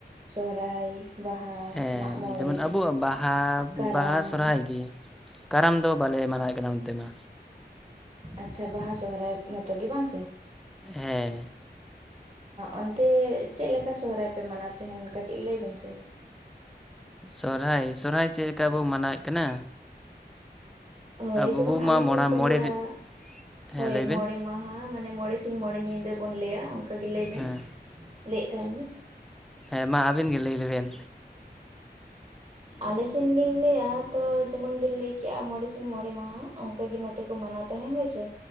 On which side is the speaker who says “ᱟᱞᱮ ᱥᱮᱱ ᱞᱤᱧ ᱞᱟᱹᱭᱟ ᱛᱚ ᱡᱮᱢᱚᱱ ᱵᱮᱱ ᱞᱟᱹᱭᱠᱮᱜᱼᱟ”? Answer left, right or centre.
Right